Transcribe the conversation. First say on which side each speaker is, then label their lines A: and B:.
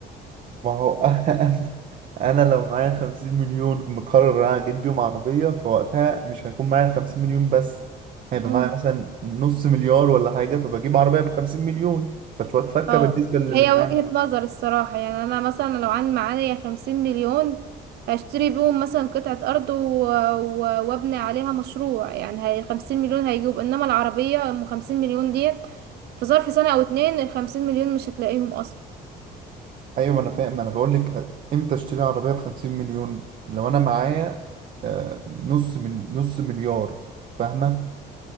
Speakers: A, on the right; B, on the right.
A: ما هو <laughs> انا أنا لو معايا 50 مليون مقرر انا اجيب بيهم عربيه فوقتها مش هيكون معايا 50 مليون بس هيبقى
B: نظر
A: معايا مثلا نص مليار ولا حاجه فبجيب عربيه ب 50 مليون فشويه فكه
B: اه
A: بالنسبه للي
B: هي
A: معايا
B: وجهة نظر الصراحة يعني انا مثلا لو عن معايا خمسين مليون هشتري بيهم مثلا قطعة ارض و... و... وابني عليها مشروع يعني هي خمسين مليون هيجيب انما العربية ام خمسين مليون ديت في ظرف سنة او اتنين الخمسين مليون مش هتلاقيهم اصلا
A: ايوه ما انا فاهم ما انا بقول لك امتى اشتري عربيه ب 50 مليون لو انا معايا آه، نص من نص مليار فاهمه